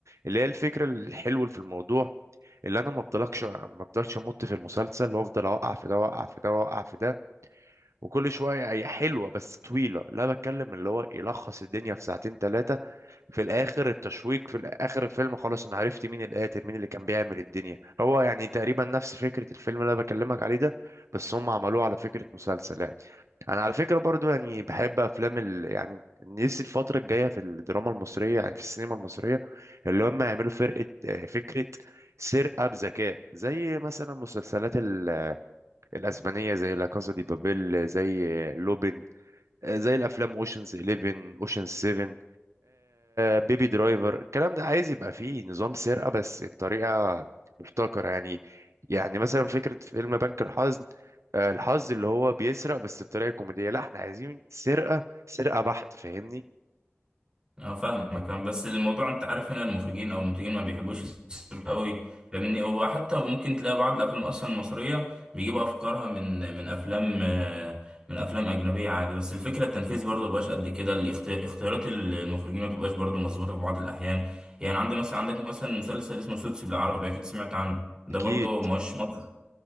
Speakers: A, on the right (about 90°); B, on the right (about 20°).
A: اللي هي الفكرة الحلوة في الموضوع اللي انا ما بفضلكش ما بفضلش امط في المسلسل وافضل اوقع في ده واوقع في ده واوقع في ده وكل شوية هي حلوة بس طويلة لا بتكلم اللي هو يلخص الدنيا في ساعتين ثلاثة في الاخر التشويق في اخر الفيلم خلاص انا عرفت مين القاتل مين اللي كان بيعمل الدنيا هو يعني تقريبا نفس فكرة الفيلم اللي انا بكلمك عليه ده بس هم عملوه على فكرة مسلسل يعني انا على فكرة برضو يعني بحب افلام ال... يعني نفسي الفترة الجاية في الدراما المصرية يعني في السينما المصرية اللي هم يعملوا فرقة آه، فكرة سرقة بذكاء زي مثلا مسلسلات ال- الأسبانية زي لا كازا دي بابيل زي لوبين آه، زي الافلام اوشنز 11 اوشنز 7 بيبي درايفر الكلام ده عايز يبقى فيه نظام سرقه بس بطريقه مبتكره يعني يعني مثلا فكره فيلم بنك الحظ آه، الحظ اللي هو بيسرق بس بطريقه كوميديه لا احنا عايزين سرقه سرقه بحت فاهمني
B: اه فاهمك فاهم بس الموضوع انت عارف هنا المخرجين او المنتجين ما بيحبوش يصرفوا قوي فاهمني وحتى ممكن تلاقي بعض الافلام اصلا المصريه بيجيبوا افكارها من من افلام آه، من افلام اجنبيه عادي بس الفكره التنفيذ برضه مبقاش قد كده الاخت- اختيارات ال- المخرجين ما بتبقاش برضه مظبوطه في بعض الاحيان يعني عندك مثلا عندك مثلا مسلسل اسمه سوتس بالعربي اكيد سمعت عنه ده
A: اكيد
B: برضه ماهوش مصر